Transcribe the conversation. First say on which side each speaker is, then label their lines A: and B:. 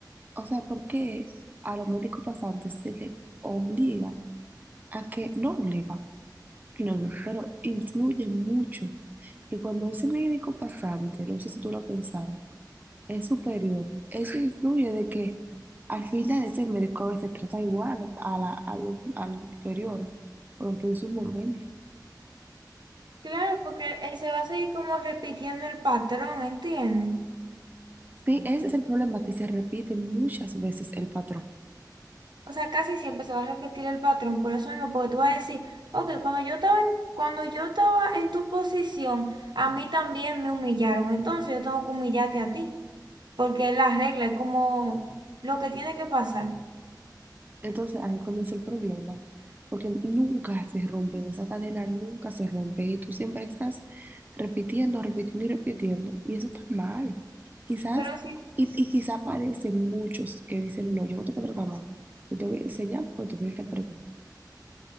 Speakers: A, on the right; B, on the right.
A: O sea, ¿por qué a los médicos pasantes se les obliga a que, no obliga, no, no, pero influye mucho. Y cuando ese médico pasante, no sé si tú lo has pensado, es superior, eso influye de que al final ese médico a veces trata igual a, la, a, lo- a los inferiores, o en su momento.
B: Claro, porque eh, se va a seguir como repitiendo el patrón, ¿entiendes?
A: Sí, ese es el problema, que se repite muchas veces el patrón.
B: O sea, casi siempre se va a repetir el patrón, por eso mismo, porque tú vas a decir, ok, cuando yo estaba en, cuando yo estaba en tu posición, a mí también me humillaron, entonces yo tengo que humillarte a ti, porque es la regla, es como lo que tiene que pasar.
A: Entonces ahí comienza el problema, porque nunca se rompen, esa cadena nunca se rompe y tú siempre estás repitiendo, repitiendo y repitiendo y eso está mal. Quizás,
B: Pero si,
A: y, y quizás aparecen muchos que dicen, no, yo no te voy a tratar más, yo te voy a enseñar porque tú tienes que aprender.